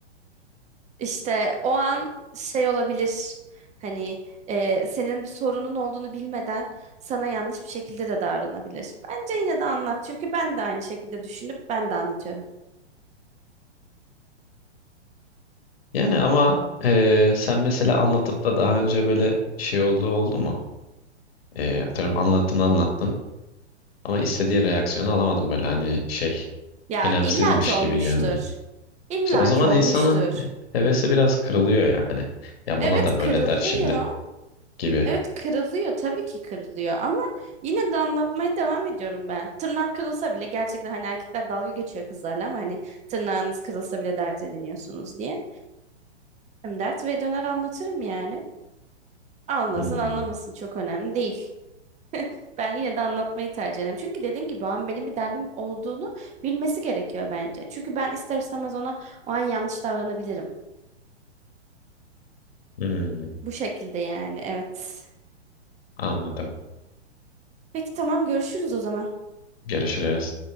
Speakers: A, on the right (about 20°); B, on the left (about 60°).
A: İşte o an şey olabilir. Hani e, senin bir sorunun olduğunu bilmeden sana yanlış bir şekilde de davranabilir. Bence yine de anlat. Çünkü ben de aynı şekilde düşünüp ben de anlatıyorum.
B: Yani ama e, sen mesela anlatıp da daha önce böyle şey olduğu oldu mu? E, atıyorum anlattın anlattın. Ama istediği reaksiyonu alamadım böyle hani şey
A: Ya
B: önemsizmiş
A: illaki olmuştur.
B: gibi geldi.
A: İllaki
B: İşte o zaman
A: olmuştur.
B: insanın hevesi biraz kırılıyor yani. Ya
A: Evet
B: buna da böyle
A: kırılıyor.
B: der şimdi gibi.
A: Evet kırılıyor. Tabii ki kırılıyor ama yine de anlatmaya devam ediyorum ben. Tırnağım kırılsa bile gerçekten hani erkekler dalga geçiyor kızlarla ama hani tırnağınız kırılsa bile dert ediniyorsunuz diye. Hem dert ve döner anlatırım yani. Anlasın
B: Hmm,
A: anlamasın çok önemli değil. Ben yine de anlatmayı tercih ederim. Çünkü dediğim gibi o an benim bir derdim olduğunu bilmesi gerekiyor bence. Çünkü ben ister istemez ona o an yanlış davranabilirim.
B: hmm,
A: Bu şekilde yani evet.
B: anladım.
A: Peki tamam görüşürüz o zaman.
B: Görüşürüz.